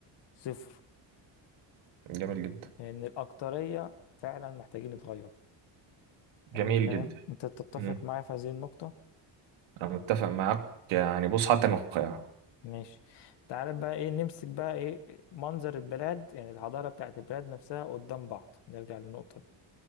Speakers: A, on the left; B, on the right.
A: صفر
B: جميل جدا
A: لأن الأكترية فعلا محتاجين يتغيروا
B: جميل
A: حلو الكلام
B: جدا
A: أنت تتفق
B: مم،
A: معايا في هذه النقطة
B: انا متفق معاك يعني بص حتى النخاع
A: ماشي تعال بقى ايه نمسك بقى ايه منظر البلاد يعني الحضارة بتاعت البلاد نفسها قدام بعض نرجع للنقطة دي